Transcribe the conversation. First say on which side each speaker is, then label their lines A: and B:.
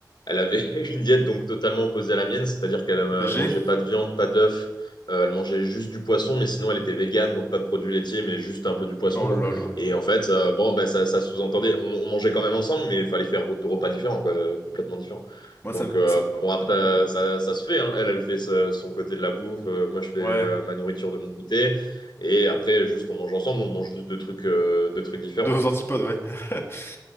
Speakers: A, on the left; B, on the left.
A: elle avait <laughs> une diète donc totalement opposée à la mienne, c'est-à-dire qu'elle euh,
B: BG?
A: elle mangeait pas de viande, pas d'œufs, euh, elle mangeait juste du poisson, mais sinon elle était végane, donc pas de produits laitiers, mais juste un peu du poisson
B: Oh
A: quoi.
B: là là.
A: Et en fait, euh, bon, bah, ça, ça sous-entendait, on, on mangeait quand même ensemble, mais il fallait faire deux repas différents quoi, euh, complètement différents.
B: Moi,
A: Donc,
B: ça, me-
A: euh,
B: ça...
A: bon, après, euh, ça, ça se fait. hein. Elle, elle fait sa- son côté de la bouffe. euh, moi, je fais
B: ouais.
A: euh, ma nourriture de mon côté. Et après, juste, on mange ensemble. On mange juste deux trucs, euh, deux trucs différents.
B: De vos antipodes, ouais. <laughs>